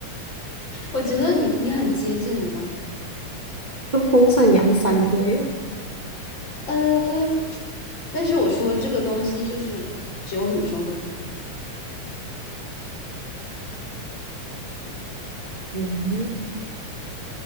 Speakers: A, on the left; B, on the right.
A: 我觉得你你很接近的刚才，
B: <laughs> 跟风扇、阳伞之类的。
A: 呃，但是我说这个东西就是只有女生会买，
B: 嗯，